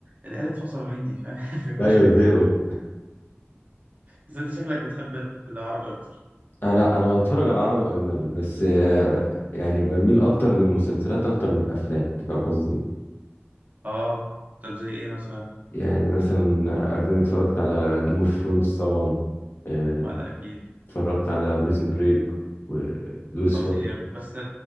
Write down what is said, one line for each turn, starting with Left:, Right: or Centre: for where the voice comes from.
Right: العيال اتفصلوا مني فاهم <laughs> فمش
Left: ايوه
Right: حاجة
Left: <laughs> زهقوا
Right: بس أنت شكلك بتحب العربي أكتر
Left: آه لا انا بتفرج على عربي واجنبي بس آه، يعني بميل اكتر للمسلسلات اكتر من الافلام انت فاهم قصدي
Right: آه طب زي إيه مثلا؟
Left: يعني مثلا آه، اجنبي اتفرجت على جيم اوف ثرونز طبعا آه،
Right: ما ده أكيد
Left: اتفرجت على بريزون بريك ولوسيفر
Right: خطير بس